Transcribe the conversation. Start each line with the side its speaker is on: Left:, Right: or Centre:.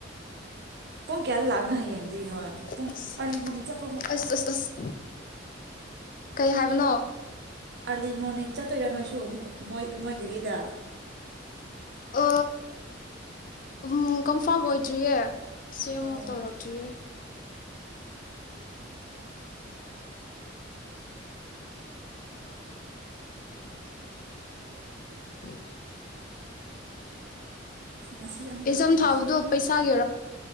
Right: ꯄꯨꯡ ꯀꯌꯥꯗ ꯂꯥꯛꯅꯣ ꯍꯌꯦꯡꯗꯤꯅꯣ ꯄꯨꯡ
Left: ꯑꯁ
Right: ꯑꯥꯔꯂꯤ ꯃꯣꯔꯅꯤꯡ ꯆꯄ
Left: ꯑꯁ ꯑꯁ ꯑꯁ ꯀꯩ ꯍꯥꯏꯕꯅꯣ
Right: ꯑꯥꯔꯂꯤ ꯃꯣꯔꯅꯤꯡ ꯆꯠꯇꯣꯏꯔꯥ ꯅꯣꯏꯁꯨꯨꯛꯣꯏ ꯃꯣꯏꯒꯤꯔꯤꯗ
Left: ꯑ ꯎꯝ ꯀꯟꯐꯥꯔꯝ ꯑꯣꯏꯗ꯭ꯔꯤꯌꯦ ꯆꯦ
Right: ꯑꯣ
Left: ꯑꯃꯨꯛ ꯇꯧꯔꯛꯇ꯭ꯔꯤ <inaudible>
Right: ꯉꯁꯤ ꯑꯃꯨꯛꯀ
Left: ꯑꯦꯖꯝ
Right: ꯂꯥꯛꯑꯒ ꯉꯁꯤ
Left: ꯊꯥꯕꯗꯣ ꯄꯩꯁꯥꯒꯤ